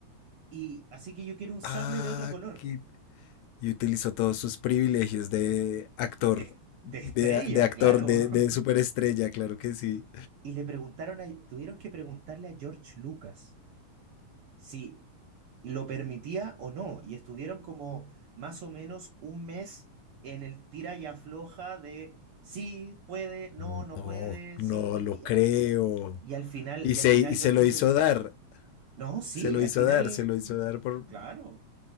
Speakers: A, on the right; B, on the left.
A: Y así que yo quiero un sable
B: Ah,
A: de otro color.
B: qué y utilizó todos sus privilegios de actor,
A: De, de
B: de,
A: estrella,
B: de actor,
A: claro.
B: de,
A: <laughs>
B: de superestrella, claro que sí.
A: Y le preguntaron a, tuvieron que preguntarle a George Lucas si lo permitía o no. Y estuvieron como más o menos un mes en el tira y afloja de sí, puede, no,
B: No,
A: no puede,
B: no
A: sí. pues,
B: lo
A: Y,
B: creo.
A: y al final,
B: Y
A: y
B: se,
A: al final
B: y se
A: George
B: lo
A: Lucas
B: hizo
A: dijo
B: dar,
A: que sí. No, sí,
B: se lo
A: al
B: hizo
A: final,
B: dar, se lo hizo dar por...
A: claro.